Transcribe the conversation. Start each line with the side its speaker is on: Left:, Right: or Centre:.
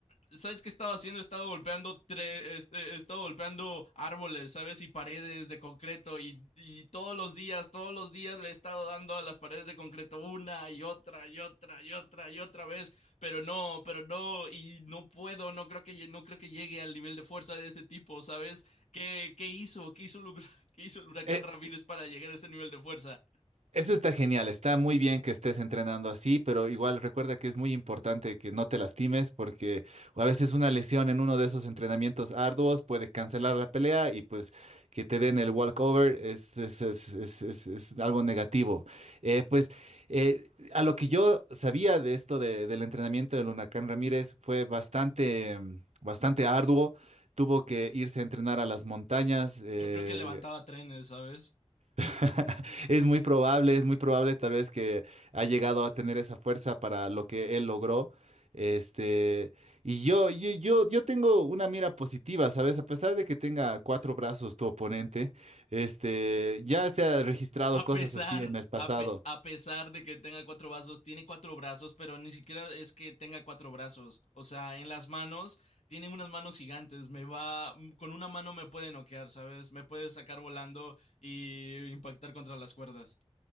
Left: ¿Sabes qué estaba haciendo? Estaba golpeando tre este, estaba golpeando árboles, ¿sabes? Y paredes de concreto. Y, y todos los días, todos los días le he estado dando a las paredes de concreto una y otra y otra y otra y otra vez. Pero no, pero no, y no puedo, no creo que, no creo que llegue al nivel de fuerza de ese tipo, ¿sabes? ¿Qué, qué hizo? ¿Qué hizo, el, ¿Qué hizo el huracán
Right: eh,
Left: Ramírez para llegar a ese nivel de fuerza?
Right: Eso está genial, está muy bien que estés entrenando así, pero igual recuerda que es muy importante que no te lastimes porque a veces una lesión en uno de esos entrenamientos arduos puede cancelar la pelea y pues que te den el walkover es, es, es, es, es- es algo negativo. Eh, pues eh, a lo que yo sabía de esto de- del entrenamiento del Huracán Ramírez fue bastante, mm, bastante arduo. Tuvo que irse a entrenar a las montañas, eh,
Left: Yo creo que levantaba trenes, ¿sabes?
Right: <laughs> Es muy probable, es muy probable tal vez que ha llegado a tener esa fuerza para lo que él logró. Este, y yo, yo, yo, yo tengo una mira positiva, ¿sabes? A pesar de que tenga cuatro brazos tu oponente, este, ya se ha registrado
Left: A
Right: cosas
Left: pesar,
Right: así en el pasado.
Left: a, pe- a pesar de que tenga cuatro brazos, tiene cuatro brazos, pero ni siquiera es que tenga cuatro brazos. O sea, en las manos, tiene unas manos gigantes. Me va, con una mano me puede noquear, ¿sabes? Me puede sacar volando y impactar contra las cuerdas.